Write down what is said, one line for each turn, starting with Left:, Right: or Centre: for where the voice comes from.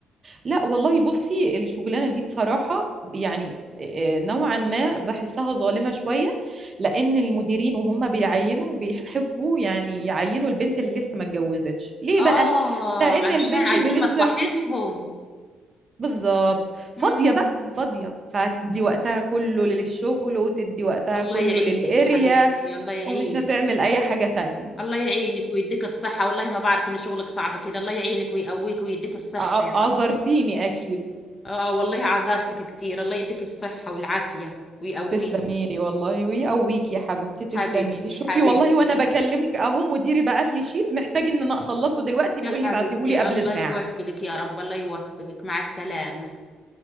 Right: لا والله بصي الشغلانه دي بصراحه يعني آه، نوعا ما بحسها ظالمه شويه لان المديرين وهم بيعينوا بيحبوا يعني يعينوا البنت اللي لسه ما اتجوزتش ليه
Left: اه
Right: بقى لان
Left: عشان
Right: البنت
Left: عايزين
Right: اللي لسه
Left: مصلحتهم
Right: مم، بالظبط فاضيه
Left: مم.
Right: بقى فاضيه فهتدي وقتها كله للشغل وتدي وقتها
Left: الله
Right: كله
Left: يعينك
Right: للقريه
Left: يا حبيبتي الله يعينك
Right: ومش هتعمل اي حاجه تانية
Left: الله يعينك ويديك الصحة والله ما بعرف ان شغلك صعب كده الله يعينك ويقويك ويديك الصحة
Right: فعذرتيني
Left: يا رب
Right: اكيد
Left: اه والله عذرتك كتير الله يديك الصحة والعافية ويقويك
Right: تسلمي لي والله ويقويك يا حبيبتي تسلمي
Left: حبيبتي
Right: لي شوفي
Left: حبيبتي
Right: والله وانا بكلمك اهو مديري بعت لي شيت محتاج ان انا اخلصه دلوقتي بيقول
Left: يا حبيبتي
Right: لي بعتيه لي قبل
Left: الله
Right: ساعة
Left: يوفقك يا رب الله يوفقك مع السلامة